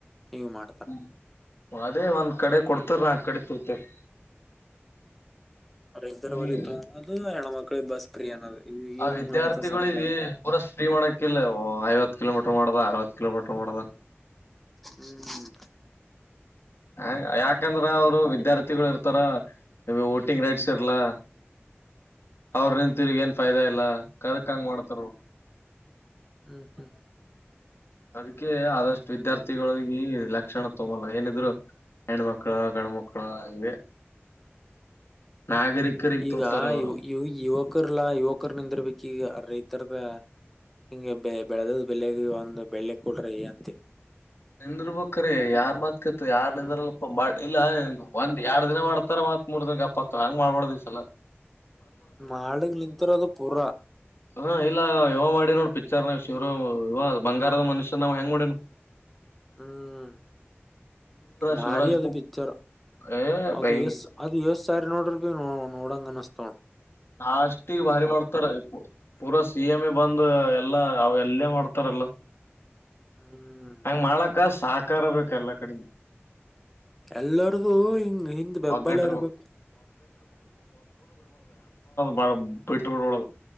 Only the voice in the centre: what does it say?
ಇವ್ ಮಾಡ್ತಾರ
ಹ್ಮ್್ದರ
ಬಲಿತ ಅನ್ನೋದು ಹೆಣ್ಮಕ್. ಮಕ್ಕಳು ಬಸ್ ಪ್ರಿಯ ಅನ್ನೋದು
ಇವ್
ಮಾಡತ ಸರ್ಕಾರ
ಹ್ಮ್ ಹ್ಮ್.
ಹ್ಮ್ ಹ್ಮ್
ಈಗ
ಯುವ. ಯಕರ್ಲ್ಲಾ ಯುವಕರ ನಿಂದಿರ್ಬೇಕಕ್ ಈಗ ರೈತರ್ಗ ಹಿಂಗೆ ಬೆ ಬೆಳದ ಬೆಳಗೆ ಒಂದ್ ಬೆಳ್ಳೆ ಕೊಡ್ರಿ ಅಂತೆ.
ಹ್ಮ್
ಮಾಡಗ್ ನಿಂತಾರ ಅದು ಪೂರಾ.
ಹ್ಮ್. ಭಾರಿ
ಅದು
ಪಿಕ್ಚರ್
ಅದು
ಯಷ್ಟ ಅದು ಯಷ್ಟ ಸಾರಿ ನೋಡ್ರಿ ಭ ನೋಡಂಗ ಅನಸ್ತವ
ಹ್ಮ್
ಎಲ್ಲಾರದುು ಹಿಂಗ ಹಿಂದ್ ಬೆಂಬಾಲ
ಇರ್ಬೇಕು